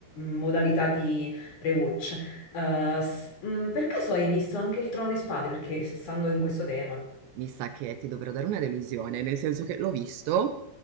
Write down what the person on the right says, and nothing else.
Mi sa che ti dovrò dare una delusione, nel senso che l'ho visto,